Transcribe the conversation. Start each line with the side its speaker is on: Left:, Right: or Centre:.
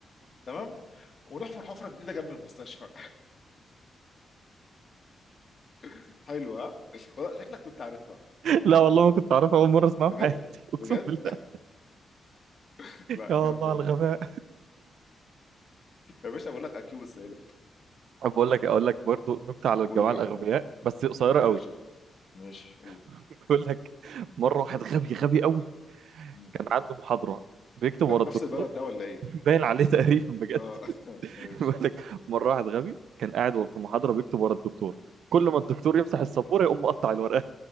Left: تمام ونحفر حفره جديده جنب المستشفى <laughs> حلوه ها والله شكلك كنت عارفها
Right: لا والله ما كنت اعرفها اول مره اسمعها
Left: بجد
Right: في حياتي <laughs> اقسم
Left: بجد
Right: بالله
Left: <laughs> لا
Right: يا
Left: جامده
Right: الله على
Left: دي
Right: الغباء
Left: يا باشا بقول لك اكيوب السالب
Right: طب بقول لك إيه، اقول لك برضو نكته على الجماعه
Left: قول لي
Right: الاغبياء
Left: واحده تانيه
Right: بس قصيره قوي
Left: ماشي قول. ماشي قول
Right: <laughs> بقول لك مره واحد غبي غبي قوي
Left: مم.
Right: كان عنده محاضره بيكتب
Left: ده
Right: ورا
Left: من
Right: الدكتور
Left: نفس البلد ده ولا ايه
Right: <laughs> باين عليه تقريبا بجد
Left: اه <laughs> ماشي
Right: <laughs> بيقول لك مره واحد غبي كان قاعد في محاضره بيكتب ورا الدكتور كل ما الدكتور يمسح السبوره يقوم مقطع الورقه